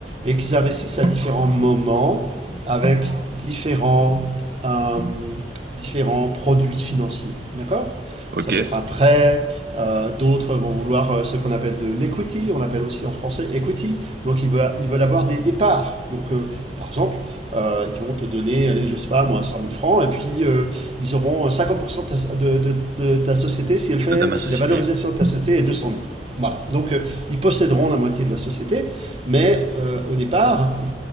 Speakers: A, on the right; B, on the right.
A: et qu'ils investissent à différents moments avec différents, euh, différents produits financiers. D'accord?
B: OK.
A: Ça peut être un prêt, euh, d'autres vont vouloir euh, ce qu'on appelle de l'equity, on l'appelle aussi en français equity, donc ils veulent, ils veulent avoir des, des parts. Donc euh, par exemple, euh, ils vont te donner, allez, je sais pas moi, cent mille francs, et puis euh, ils auront 50% de ta, de, de, de ta société si, elle fait,
B: De ma
A: si
B: société.
A: la valorisation de ta société est deux cent mille. Voilà. Donc, euh, ils posséderont la moitié de la société, mais euh, au départ, ils,